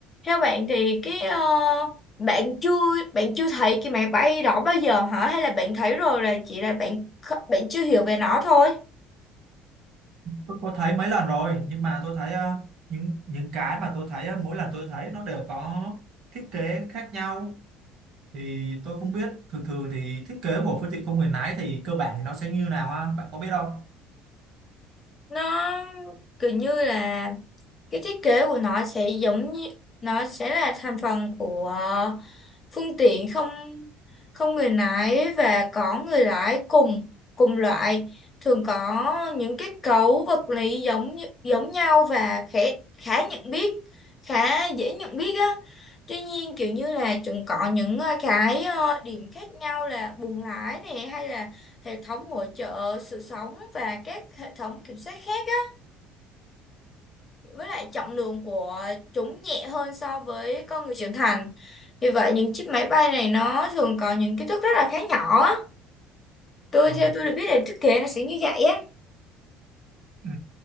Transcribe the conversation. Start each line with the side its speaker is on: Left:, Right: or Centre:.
Left: theo bạn thì cái ờ, bạn chưa bạn chưa thấy cái máy bay đó bao giờ hả? Hay là bạn thấy rồi là chỉ là bạn kh- bạn chưa hiểu về nó thôi.
Right: tôi có thấy mấy lần rồi nhưng mà tôi thấy ờ, những những cái mà tôi thấy ờ, mỗi lần tôi thấy nó đều có thiết kế khác nhau thì tôi không biết thường thường thì thiết kế của phương tiện không người lái thì cơ bản thì nó sẽ như nào ha bạn có biết không?
Left: Nó kiểu như là cái thiết kế của nó sẽ giống như nó sẽ là thành phần của ờ, phương tiện không không người lái và có người lái cùng cùng loại thường có những kết cấu vật lý giống như- giống nhau và khẽ khá nhận biết khá dễ nhận biết á tuy nhiên kiểu như là chúng có những ờ, cái ờ, điểm khác nhau là buồng lái này hay là hệ thống hỗ trợ sự sống và các hệ thống kiểm soát khác á với lại trọng lượng của chúng nhẹ hơn so với con người trưởng thành. Vì vậy những chiếc máy bay này nó thường có những kích thước rất là khá nhỏ. á. Tôi
Right: Ờ.
Left: theo tôi được biết là thiết kế nó sẽ như vậy á.
Right: Ừ,